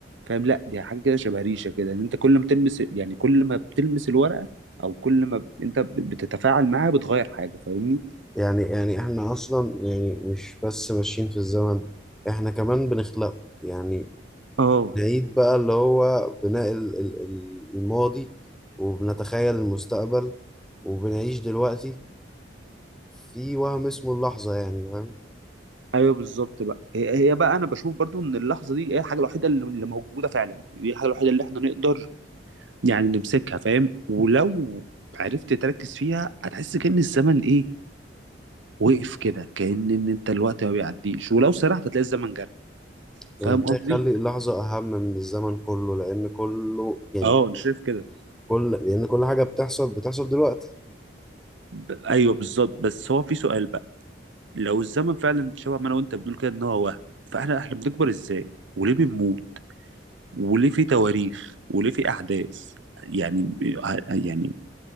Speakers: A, on the right; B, in the centre.
A: فاهم لا دي حاجه كده شبه ريشه كده ان انت كل ما تلمس يعني كل ما بتلمس الورقه او كل ما ب- انت ب- بتتفاعل معاها بتغير حاجه فاهمني
B: يعني يعني احنا اصلا يعني مش بس ماشيين في الزمن احنا كمان بنخلقه يعني
A: اه
B: نعيد بقى اللي هو بناء ال- ال- ال- الماضي وبنتخيل المستقبل وبنعيش دلوقتي في وهم اسمه اللحظة يعني فاهم
A: ايوه بالظبط بقى هي هي بقى انا بشوف برضو ان اللحظه دي هي الحاجه الوحيده اللي اللي موجوده فعلا دي الحاجه الوحيده اللي احنا نقدر يعني نمسكها فاهم ولو عرفت تركز فيها هتحس كأن الزمن ايه وقف كده كأن ان انت الوقت ما بيعديش ولو سرحت هتلاقي الزمن جرى فاهم
B: يعني ده
A: قصدي؟
B: يخلي اللحظة
A: حلو.
B: أهم من الزمن كله لأن كله يعني
A: اه انا شايف كده
B: كل لأن كل حاجة بتحصل بتحصل دلوقتي
A: ب... ايوه بالظبط بس هو في سؤال بقى لو الزمن فعلا شبه ما انا وانت بنقول كده ان هو وهم فاحنا احنا بنكبر ازاي؟ وليه بنموت؟ وليه في تواريخ؟ وليه في احداث؟ يعني يعني